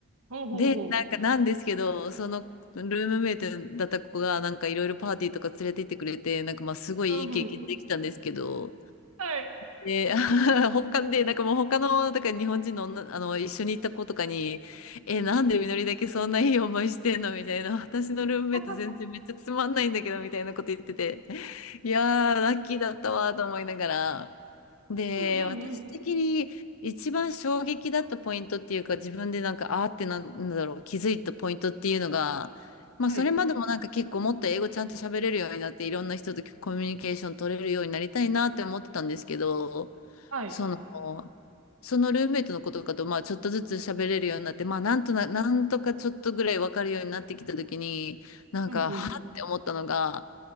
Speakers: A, on the right; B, on the left.
A: ほうほうほ
B: で、なんかなんですけど、そのルームメイトだった子がなんかいろいろパーティーとか連れて行ってくれて、なんかまあすごいいい経験できたんですけど、
A: う。うんうん。はい。
B: で、<laughs> 他で、なんかもう他の、だから日本人の女、あの、一緒に行った子とかに、え、なんでみのりだけそんないい
A: うん
B: <laughs> 思いしてんのみたいな、<laughs> 私のルームメイト全然めっちゃつまんないんだけど、
A: <laughs>
B: みたいなこと言ってて、<laughs> いやー、ラッキーだったわと思いながら、で、
A: うんうん。
B: 私的に一番衝撃だったポイントっていうか、自分でなんか、あーってなんなんだろう、気づいたポイントっていうのが、まあ、
A: はい。
B: それまでもなんか結構もっと英語ちゃんと喋れるようになって、いろんな人とコミュニケーション取れるようになりたいなって思ってたんですけど、
A: はい。
B: その、そのルームメイトの子とかと、まあ、ちょっとずつ喋れるようになって、まあ、なんとな、なんとかちょっとぐらいわかるようになってきたときに、なんか、
A: うんうん。
B: はって思ったのが、